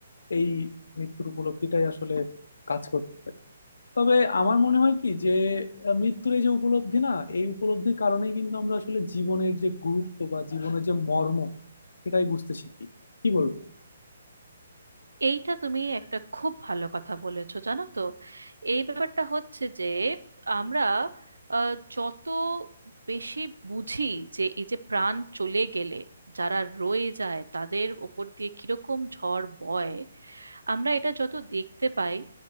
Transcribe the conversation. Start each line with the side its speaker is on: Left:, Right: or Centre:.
Left: এই মৃত্যুর উপলব্ধিটাই আসলে কাজ করতেছে তবে আমার মনে হয় কি যে আহ, মৃত্যুর এই যে উপলব্ধি না এই উপলব্ধির কারণেই কিন্তু আমরা আসলে জীবনের যে গুরুত্ব বা জীবনের যে মর্ম সেটাই বুঝতে শিখি কি বলবো
Right: এইটা তুমি একটা খুব ভালো কথা বলেছো জানো তো এই ব্যাপারটা হচ্ছে যে আমরা আহ, যত বেশি বুঝি যে এই যে প্রাণ চলে গেলে যারা রয়ে যায় তাদের ওপর দিয়ে কিরকম ঝড় বয় আমরা এটা যত দেখতে পাই